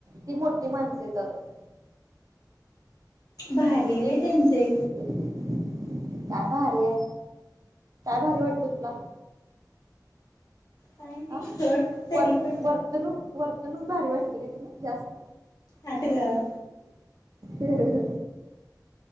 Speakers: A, on the right; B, on the left.
A: ती मोठी माणसं आहेत आजून.
B: भारी
A: सिद्धी
B: आहे
A: त्यांनी.
B: बाई त्यांचे
A: काय भारी आहे, काय भारी वाटल तुला?
B: काय नाही
A: आ
B: सोड तरी
A: व
B: पण
A: वर्तणूक वर्तणूक भारी वाटली काय तुला जास्त?
B: नाटक
A: ह